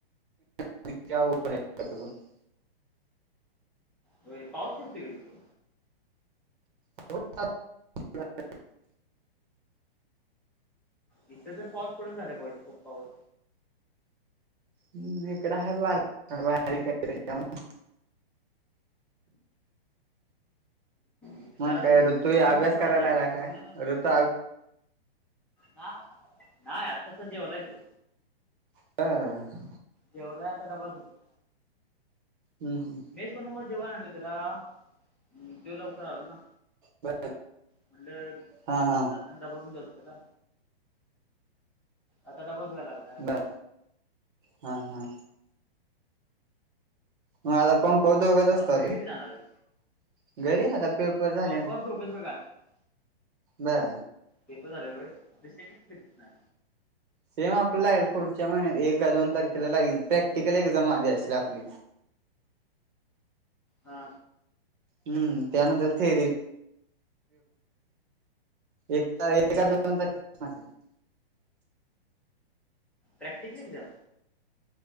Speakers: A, on the right; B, in the centre.
A: <unintelligible>
B: होय पावस पडतय का तिथ
A: <inaudible>
B: इथे तर पाऊस पडून झालाय बाबा पंपावर
A: हु इकड हाय बारका <unintelligible>
B: इथ
A: मग
B: जरा
A: काय
B: थेंब
A: ऋतू अभ्यास
B: थेंब पडन
A: करायला
B: झालाय
A: लागला
B: <unintelligible>
A: काय
B: पुढन
A: ऋतू
B: हा नाही आत्तास जेवलाय त्यो
A: <unintelligible>
B: जेवलाय आता डबा धुतोय
A: हम् हम
B: मेच पण मग जेव्हा आणलं त्याला तेव लवकर आलं ना
A: बर
B: म्हटल
A: हा हा
B: जाताना डबा देऊन जातो तुला आता डबा धुवाय लागलाय
A: बर हा हा मग आता पंपावर दोघंच
B: मग
A: असतात
B: घरी
A: होय
B: कधी जाणार आहे
A: घरी आता पेपर झाले
B: पंपावर
A: ना
B: दोघेच बघ आम्ही आता
A: बर
B: पेपर झालेत व्हय मग सेमीस्टी कधी पसुन आय
A: सेम आपलं लागेल पुढच्या महिन्यात एकका दोन तारखेला लागेल प्रॅक्टिकल एक्झाम आधीअसशील आपली
B: हा
A: हम्म त्यानंतर थेरी एक काय <unintelligible> दोन तारखेल <unintelligible>
B: प्रॅक्टिकल एग्जाम